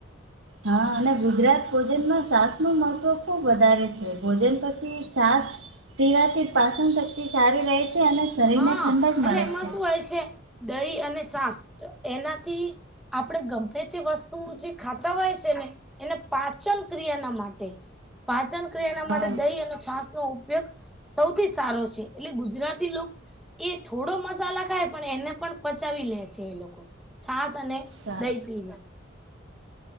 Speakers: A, on the right; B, in the centre.
A: હા અને ગુજરાત ભોજનમાં સાસનું મહત્ત્વ ખુબ વધારે છે ભોજન પછી છાસ પીવાથી પાસનશક્તિ સારી રહે છે અને શરીરને
B: હા
A: ઠંડક
B: એટલે
A: મળે
B: એમાં
A: છે
B: શું હોય છે દહી અને સાસ તો એનાથી આપણેે ગમે તે વસ્તુ જે ખાતા હોય છે ને એને પાચનક્રિયા ના માટે પાચન ક્રિયાના
A: હા
B: માટે દહી અને છાસ નો ઉપયોગ સૌથી સારો છે એટલે ગુજરાતી એ થોડો મસાલા ખાય પણ એને પણ પચાવી લે છે એ લોકો છાસ અને
A: સારું
B: દહી પીને.